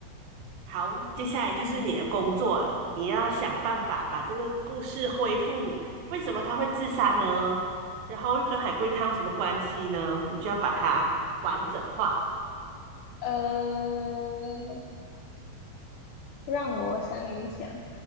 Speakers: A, on the right (about 80°); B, on the left (about 80°).
A: 好，
B: 嗯，
A: 接下来就是你的工作了，你要想办法把这个故事恢复。为什么他会自杀呢？然后又跟海龟汤有什么关系呢？你就要把它完整化。
B: 呃，让我想一想，